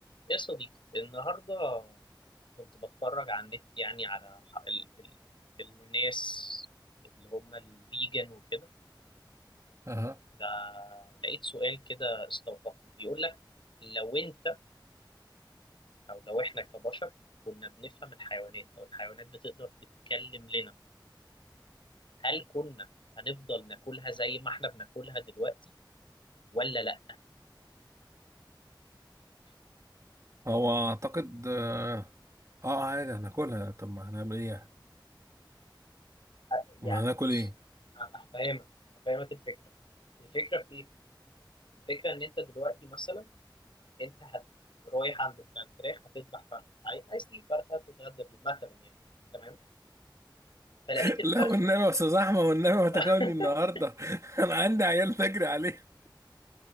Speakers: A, on the left (about 80°); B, on the right (about 40°).
A: يا صديقي النهاردة كنت بتفرج على النت يعني على ح- ال ال الناس اللي هم الفيجن وكده
B: أه.
A: فلقيت سؤال كده استوقفني بيقول لك لو انت او لو احنا كبشر كنا بنفهم الحيوانات او الحيوانات بتقدر تتكلم لنا هل كنا هنفضل ناكلها زي ما احنا بناكلها دلوقتي ولا لا؟
B: هو اعتقد اه آه، عادي هناكلها طب ما هنعمل ايه يعني؟
A: أ- يعني
B: ما هناكل
A: بص
B: ايه
A: ه- هفهمك هفهمك الفكرة الفكرة في ايه؟ الفكرة ان انت دلوقتي مثلا انت هت رايح عند بتاع الفراخ هتذبح فرخه عاي- عايز تجيب فرخه تتغدى بيه مثلا يعني تمام فلقيت
B: <laughs>
A: الفرخه
B: لا والنبي يا استاذ احمد والنبي ما تاكلني
A: <laughs>
B: النهارده <laughs> انا عندي عيال نجري عليه